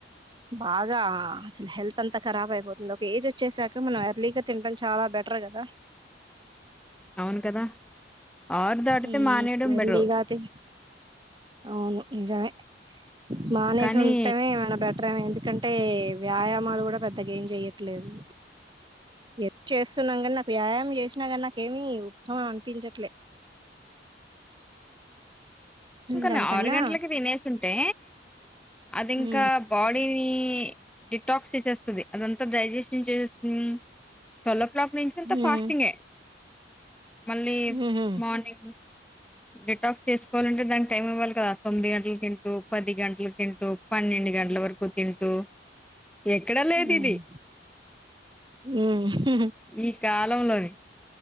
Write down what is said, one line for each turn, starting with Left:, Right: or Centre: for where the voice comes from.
Right: బాగా అసల్ హెల్త్ అంతా కరాబ్ అయిపోతుంది. ఒక ఏజ్ వచ్చేసాక మనం ఎర్లీగా తిన్టం చాలా బెటర్ కదా
Centre: అవును కదా ఆరు దాటితే
Right: మ్
Centre: మానేయడం
Right: ఎర్లీగా
Centre: బెటరు
Right: అదే అవును నిజమే మానేసుంటమే
Centre: కానీ
Right: ఏమన్న బె <unintelligible> ఎందుకంటే వ్యాయామాలు కూడా పెద్దగ ఏం చెయ్యట్లేదు. ఎప్ చేస్తున్నాం కానీ నాకు వ్యాయామం చేసినా కానీ నాకేమి ఉపసమనం అనిపించట్లే
Centre: మ్ కని
Right: దానికన్నా
Centre: ఆరు గంటలకే తినేసింటే అది ఇంకా
Right: ఉమ్
Centre: బా బాడీని డిటాక్స్ చేసేస్తది అదంతా డైజేషన్ చేసేస్తుంది. ట్వల్వ్ ఓ క్లాక్ నుంచింత
Right: ఉమ్
Centre: ఫాస్టింగే మళ్ళీ
Right: ఉహు
Centre: మార్నింగ్ డేట్ ఆఫ్ చేస్కోవాలంటే దానికి టైం ఇవ్వాలి కదా తొమ్మిది గంటల్ తింటూ పది గంటలకి తింటూ పన్నె కొన్ని గంటల వరకు తింటూ ఎక్కడా లేద్
Right: ఉమ్
Centre: ఇది
Right: ఉమ్ ఉహు,
Centre: ఈ కాలంలోని